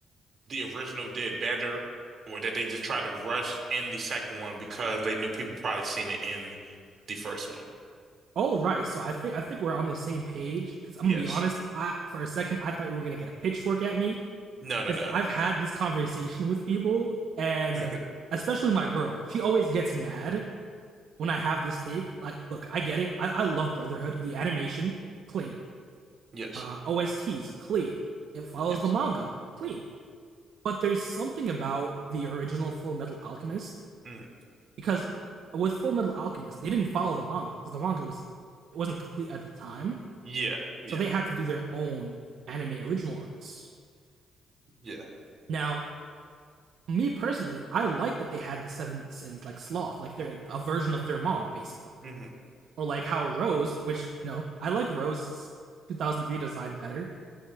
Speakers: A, on the right (about 50°); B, on the right (about 65°).
A: the original did better or that they just tried to rush in the second one because they knew people probably seen it in the first one.
B: All right, so I think I think we're on the same page because I'm
A: Yes.
B: gonna be honest. I for a second I thought you were gonna get a pitchfork at me
A: No,
B: because
A: no, no.
B: I've had this conversation with people, and
A: <laughs>
B: especially my girl. She always gets mad when I have this take, like, look, I get it. I, I love Brotherhood. The animation, clean.
A: Yes.
B: Uh, OSTs, clean. It follows
A: Yes.
B: the manga, clean. But there's something about the original Full Metal Alchemist
A: Mm.
B: because with Full Metal Alchemist, they didn't follow the manga because the manga was it wasn't complete at the time,
A: Yeah. Yeah.
B: so they had to do their own anime original arcs.
A: Yeah.
B: Now, me personally, I like that they had the Seven Sins like Sloth, like they're a version of their mom, basically.
A: hmm
B: or like how Rose, which you know I like Rose's 2003 design better.